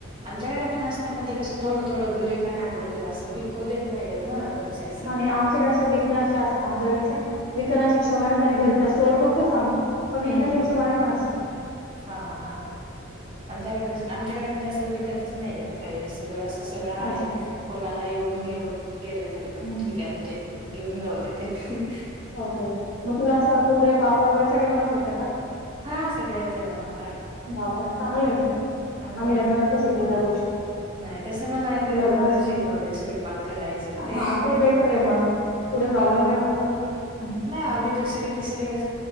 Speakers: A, on the right; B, on the left.
A: आमच्याकडे पण असते पण ते कसं थोडं, थोडं घरी खाण्या पुरतं अस विकू देत नाही येत. ना घरच्या
B: आणि आमच्याकडे असं विकनेस आमच्याकडे अस विकण्याच्या हिशबाने आणि घरी स्टोर करतोच आम्ही. पण विकण्याच्या
A: हम्म,
B: हिशोबाने
A: हम्म.
B: पण असतं.
A: हां हां आमच्याकडे ज असं आमच्याकडे म्हणजे असं विकतचं नाहीये. काय या सगळं असं सगळं आहे
B: अच्छा.
A: कोणाला येऊन घेऊन गेलं तरी पण
B: हम्म
A: ठीक आहे म्हणजे घेऊन जाऊदे तेथे
B: ओके मग तुला अस कुडाई, पापड वगैरे सगळे बनवत येते का?
A: हा सगळे येते बनवता.
B: बापरे पण चांगलंय मग
A: हा.
B: आम्ही लग्नानंतर शिकलो त्या गोष्टी.
A: नाही तसं मला आईन
B: तू लग्नाच्या
A: लवकर
B: आधी
A: शिकवलंय स्वयंपाक करायचं ते.
B: हा बेटर आहे मग पुढे प्रॉब्लेम
A: ह
B: नाही होत ना मग. हम्म
A: नाही आम्ही दुसरी, तिसरी व